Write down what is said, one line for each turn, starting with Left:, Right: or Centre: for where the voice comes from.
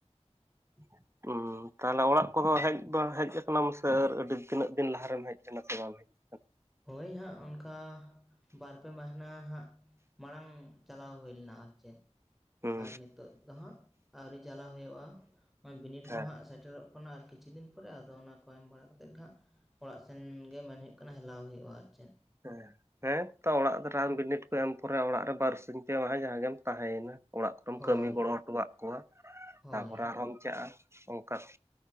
Right: <inaudible> ᱛᱟᱦᱚᱞᱮ ᱚᱲᱟᱜ ᱠᱚᱫᱚ ᱦᱮᱡ ᱦᱮᱡ ᱟᱠᱟᱱᱟᱢ ᱥᱮ ᱟᱹᱰᱤ ᱛᱤᱱᱟᱹᱜ ᱫᱤᱱ ᱞᱟᱦᱟᱨᱮᱢ ᱦᱮᱡ ᱞᱮᱱᱟ ᱥᱮ ᱵᱟᱢ ᱦᱮᱡ ᱟᱠᱟᱱᱟ?
Centre: ᱦᱳᱭ ᱦᱟᱸᱜ ᱚᱱᱠᱟ ᱵᱟᱨᱯᱮ ᱢᱟᱦᱱᱟᱹ ᱦᱟᱸᱜ ᱢᱟᱲᱟᱝ ᱪᱟᱞᱟᱣ ᱦᱩᱭ ᱞᱮᱱᱟ ᱟᱨ ᱪᱮᱫ᱾
Right: ᱦᱩᱸ
Centre: ᱟᱨ ᱱᱤᱛᱳ ᱫᱚ ᱦᱟᱸᱜ ᱟᱹᱣᱨᱤ ᱪᱟᱞᱟᱣ ᱦᱩᱭᱩᱜᱼᱟ ᱵᱤᱱᱤᱰ
Right: ᱦᱮᱸ
Centre: ᱠᱚ ᱦᱟᱸᱜ ᱥᱮᱴᱮᱨᱚᱜ ᱠᱟᱱᱟ ᱟᱨ ᱠᱤᱪᱷᱩ ᱫᱤᱱ ᱯᱚᱨᱮ ᱟᱫᱚ ᱚᱱᱟ ᱠᱚ ᱮᱢ ᱵᱟᱲᱟ ᱠᱟᱛᱮᱫ ᱦᱦᱟᱸᱜ ᱚᱲᱟᱜ ᱥᱮᱱ ᱜᱮ ᱢᱮᱱ ᱦᱩᱭᱩᱜ ᱠᱟᱱᱟ ᱦᱮᱞᱟᱣ ᱦᱩᱭᱩᱜᱼᱟ ᱟᱨ ᱪᱮᱫ᱾
Right: ᱦᱮᱸ, ᱦᱮᱸ ᱛᱚ ᱚᱲᱟᱜ ᱨᱟᱱ ᱵᱤᱱᱤᱰ ᱠᱚ ᱮᱢ ᱯᱚᱨᱮ ᱚᱲᱟᱜ ᱨᱮ ᱵᱟᱨᱥᱤᱧ ᱯᱮ ᱡᱟᱦᱟᱸ ᱜᱮᱢ ᱛᱟᱦᱮᱸᱭᱮᱱᱟ᱾ ᱚᱲᱟᱜ ᱠᱚᱨᱮᱢ
Centre: ᱦᱳᱭ
Right: ᱠᱟᱹᱢᱤ ᱜᱚᱲᱚ ᱦᱚᱴᱚᱣᱟᱫ ᱠᱚᱣᱟ
Centre: ᱦᱳᱭ
Right: ᱛᱟᱯᱚᱨᱮ ᱟᱨᱦᱚᱢ ᱪᱟᱞᱼᱟ ᱚᱱᱠᱟ᱾